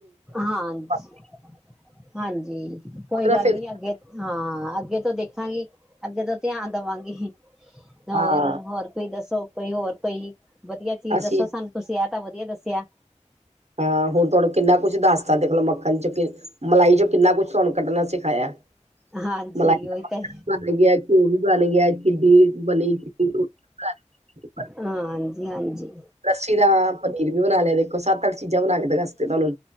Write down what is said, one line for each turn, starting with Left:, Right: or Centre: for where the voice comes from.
Centre: ਹਾਂਜੀ
Right: <unintelligible>
Centre: ਹਾਂਜੀ ਕੋਈ
Right: ਉਹਦੇ ਨਾਲ
Centre: ਗੱਲ
Right: ਫਿਰ
Centre: ਨੀ ਅੱਗੇ ਹਾਂ ਅੱਗੇ ਤੋਂ ਦੇਖਾਂਗੀ ਅੱਗੇ ਤੋਂ ਧਿਆਨ ਦੇਵਾਂਗੀ ਹੋਰ
Right: ਹਾਂ
Centre: ਹੋਰ ਕੋਈ ਦੱਸੋ ਕੋਈ ਹੋਰ ਕੋਈ ਵਧੀਆ ਚੀਜ਼
Right: ਅਸੀਂ
Centre: ਦੱਸੋ ਸਾਨੂੰ ਤੁਸੀਂ ਇਹ ਤਾਂ ਵਧੀਆ ਦੱਸਿਆ
Right: ਹਾਂ ਹੁਣ ਤੁਹਾਡੇ ਕਿੰਨਾ ਕੁਛ ਦੱਸਦਾ ਦੇਖਲੋ ਮੱਖਣ ਚ ਕਿ ਮਲਾਈ ਚੋਂ ਕਿੰਨਾ ਕੁਛ ਤੁਹਾਨੂੰ ਕੱਢਣਾ ਸਿਖਾਇਆ <unintelligible>
Centre: ਹਾਂਜੀ ਉਹੀ ਤਾਂ
Right: ਗਈ
Centre: ਹਾ ਹਾਂਜੀ ਹਾਜੀ
Right: ਲੱਸੀ ਦਾ ਪਨੀਰ ਵੀ ਬਣਾ ਲਿਆ ਦੇਖੋ ਸੱਤ ਅੱਠ ਚੀਜ਼ਾਂ ਬਣਾ ਕੇ ਦਸਤੀ ਤੁਹਾਨੂੰ